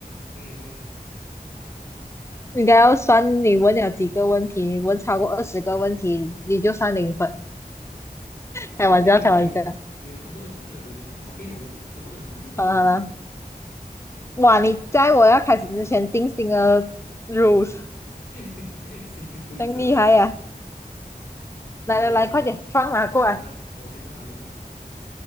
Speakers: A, on the left; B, on the left.
A: 这样也算一分。对，
B: 应该要算你问了几个问题，你问超过二十个问题，
A: 一
B: 你就算零分。开玩笑，
A: 可是刚才没有没有没有超过二十个，
B: 开玩笑。
A: 随便你。OK，我们超过二十题就算你们，
B: 好了好了，哇，你在我要开始之前定性了 rules，
A: <laughs> 是一个规则吗？
B: 真厉害呀、来来来，
A: OK，我想到，
B: 快点放马过来。
A: 我想到，我想到，我想到，